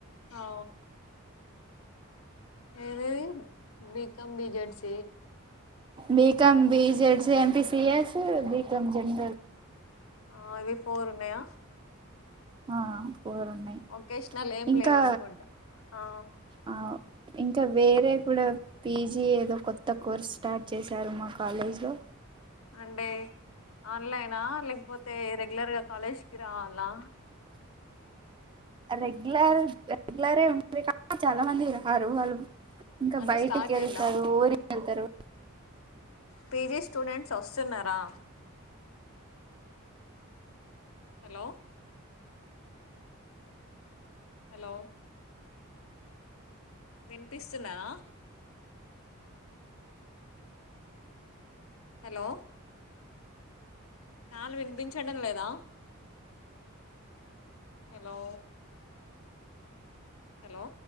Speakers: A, on the left; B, on the right.
A: ఆ, ఏ బీకం బిజెడ్స్
B: బమ్ బిజెడ్ సి ఎంపీ సిఎస్ బ మత్తం జన్
A: ఆ ఇవి ఫోర్ ఉన్నాయా
B: ఆ ఫోర్ ఉన్నాయి
A: ఒకేషనల్ ఏం
B: ఇంకా
A: లేవనుకుంటా ఆ
B: ఆ ఇంకా వేరే కూడా పీజీ ఏదో కొత్త కోర్స్ స్టార్ట్ చేశారు మా కాలేజ్ లో
A: అంటే అన్లయినా లేకపోతే రెగ్యులర్ గా కాలేజ్ కి రావాలా
B: రెగ్యులర్ రెగ్యులరే ఉంటుంది కా చాలా మంది ఇరు వాళ్ళు ఇంకా
A: అంటే
B: బయటకి
A: స్టార్ట్
B: వెళ్తారు
A: అయిందా
B: ఊరి వెళ్తారు
A: పీజీ స్టూడెంట్స్ వస్తున్నారా హలో హలో వినిపిస్తున్నానా హలో చాలు వినిపించడం లేదా హెలో హెలో